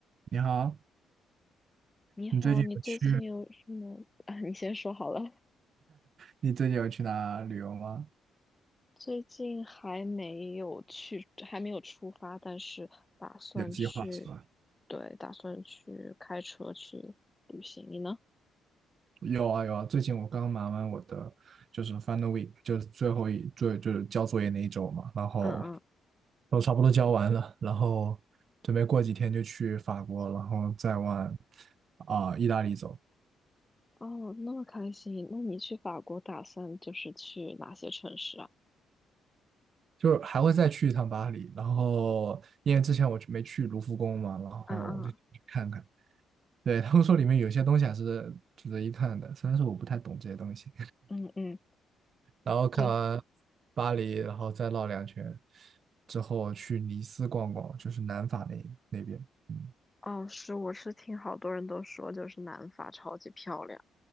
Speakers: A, on the right (about 55°); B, on the left (about 15°).
A: 你好，
B: 你好，
A: 你最近有去，
B: 你最近有什么啊？你先说好了。
A: 你最近有去哪旅游吗？
B: 最近还没有去，还没有出发，但是打算去，
A: 有计划是吧？
B: 对，打算去开车去旅行。你呢？
A: 有啊有啊，最近我刚忙完我的就是 final week，就是最后一最就是交作业那一周嘛，然后
B: 嗯嗯，
A: 都差不多交完了，然后准备过几天就去法国，然后再往啊、意大利走，
B: 哦，那么开心。那你去法国打算就是去哪些城市啊？
A: 就是还会再去一趟巴黎。然后因为之前我去没去卢浮宫嘛，然后我就去看看。
B: 嗯嗯
A: 对，他们说里面有些东西还是值得一看的，虽然说我不太懂这些东西。
B: 嗯嗯，
A: 然后看完
B: 对，
A: 巴黎，然后再绕两圈，之后去尼斯逛逛，就是南法那那边。嗯，
B: 哦，是，我是听好多人都说，就是南法超级漂亮